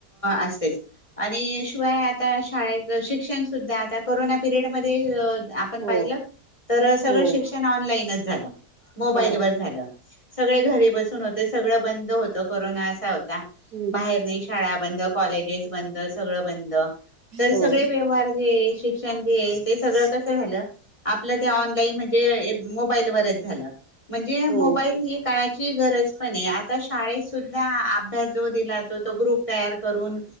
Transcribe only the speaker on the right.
हो
हो
हा
हम्म
हो
हो